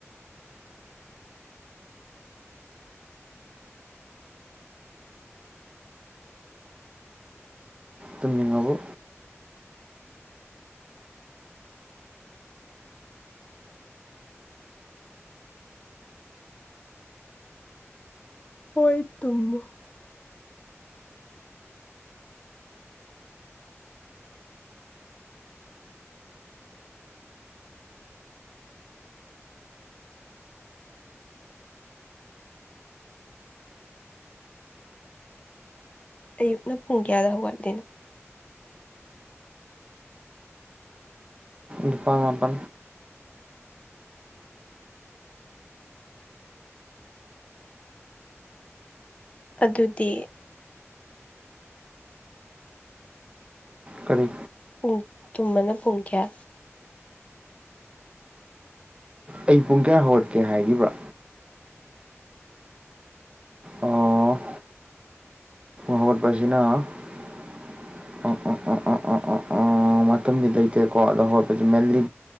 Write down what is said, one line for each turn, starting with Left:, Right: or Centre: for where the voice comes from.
Right: ꯇꯨꯝꯅꯤꯡꯉꯕꯨ
Left: ꯍꯣꯏ ꯇꯨꯝꯃꯨ ꯑꯌꯨꯛꯅ ꯄꯨꯡ ꯀꯌꯥꯗ ꯍꯒꯗꯅ
Right: ꯗꯨꯐꯥꯡꯄ
Left: ꯑꯗꯨꯗꯤ
Right: ꯀꯔꯤ
Left: ꯄꯨꯡ ꯇꯨꯝꯃꯅ ꯄꯨꯡ ꯀꯌꯥ
Right: ꯑꯩ ꯄꯨꯡ ꯀꯌꯥ ꯍꯧꯔꯠꯀꯦ ꯍꯥꯏꯈꯤꯕ꯭ꯔꯥ ꯑꯣ ꯍꯧꯒꯠꯄꯁꯤꯅ ꯑꯣ ꯑꯣ ꯑꯣ ꯑꯣ ꯑꯣ ꯑꯣ ꯑꯣ ꯃꯇꯝꯗꯤ ꯂꯩꯇꯦꯀꯣ ꯑꯗꯣ ꯍꯧꯔꯠꯄꯁ ꯃꯦꯟꯂꯤ